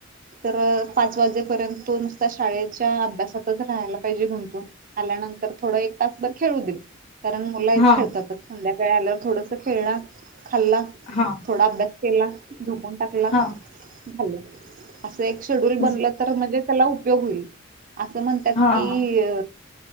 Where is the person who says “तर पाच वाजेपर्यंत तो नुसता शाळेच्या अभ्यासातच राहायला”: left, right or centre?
Right